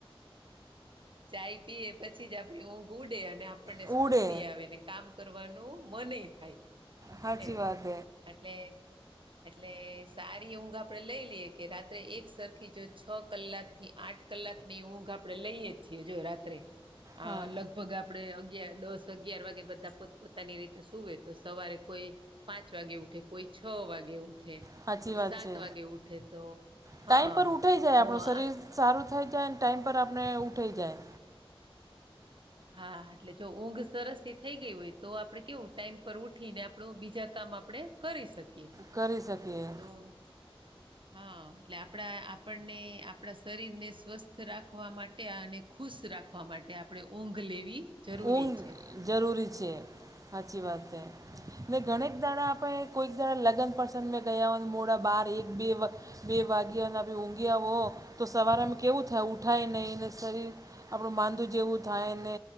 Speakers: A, on the right (about 55°); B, on the right (about 35°).
A: ચાય પીએ પછી જ આપણી ઊંઘ ઉડે અને આપણને
B: જ
A: સ્ફૂર્તિ
B: ઉડે
A: આવે ને કામ કરવાનું મનેય થાય.
B: હાચી
A: એમ
B: વાત
A: એટલે એટલે સારી ઊંઘ આપડે લઈ લઈએ કે રાત્રે એક સરખી જો છ કલાક થી આઠ કલાક ની ઊંઘ આપડે લઈએ છીએ, જો રાત્રે આ
B: હા
A: લગ ગભગ આપણે અગિયાર દસ અગિયાર વાગે બધા પોત પોતાની રીતે સુવે તો સવારે કોઈ પાંચ વાગે ઉઠે કોઈ છ વાગે ઉઠે.
B: સાચી
A: કોઈ સાત
B: વાત છે
A: વાગે ઉઠે તો
B: ટાઈમ
A: હા
B: પર ઉઠાઈ જાય
A: તો
B: આપણું શરીર
A: આ
B: સારું થઈ જાય ટાઈમ પર આપણે ઉઠી જાય
A: હા એટલે જો ઊંઘ સરસ થી થઈ ગઈ હોય તો આપડે કેવું ટાઈમ પર ઉઠી ને આપણું બીજા કામ આપણે કરી શકીએ
B: કરી શકીએ.
A: તો હા એટલે આપણા આપણને આપણા શરીરને સ્વસ્થ રાખવા માટે અને ખુશ રાખવા માટે આપણે ઊંઘ લેવી જરૂરી
B: ઊંઘ
A: છે.
B: જરૂરી છે સાચી વાત
A: હમ્મ.
B: મે ગ્બા કોઈક દાણા પણે કોઈક દાણા લગન પસંગે મે ગયા હો મોડા બાર એક બે બે વાગ્યા ના બે ઊંઘ્યા હો તો સવારેમાં કેવું થાય ઉઠાય નહીને શરીર આપણું માંદું જેવું થાય ને